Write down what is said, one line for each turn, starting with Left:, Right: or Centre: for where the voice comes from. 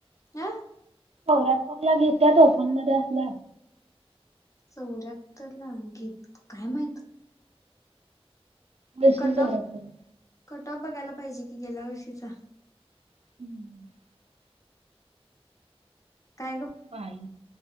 Left: आ?
Right: चौऱ्याहतरला घेत्यात ओपन मध्ये असल्यास.
Left: चौऱ्याहत्तरला घेत काय माहित?
Right: <unintelligible>
Left: कट
Right: चौऱ्याहत्तरला.
Left: ऑफ कट ऑफ बघायला पाहिजे कि गेल्या वर्षीचा.
Right: <inaudible>
Left: काय. ग
Right: बाई